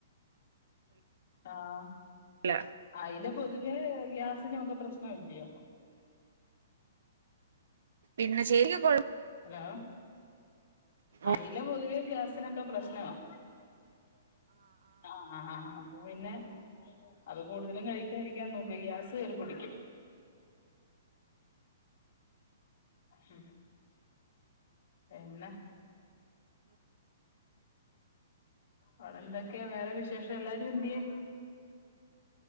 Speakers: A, on the left; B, on the right.
A: ആഹ്
B: അല്ല
A: അയില പൊതുവേ ഗ്യാസിനൊക്കെ പ്രശ്നം അല്ലയോ
B: പിന്നെ ചെയ്യും
A: ഹലോ അയില
B: ആഹ്
A: പൊതുവേ ഗ്യാസിനൊക്കെ പ്രശ്നമാ ആഹ് ആഹ് അപ്പൊ പിന്നെ അത് കൂടുതലും കഴിക്കാതിരിക്കാൻ നോക്കുക ഗ്യാസ് കയറി പിടിക്കും ഉം പിന്നെ അവിടെ എന്തൊക്കെയാ വേറെ വിശേഷം എല്ലാരും എന്തിയേ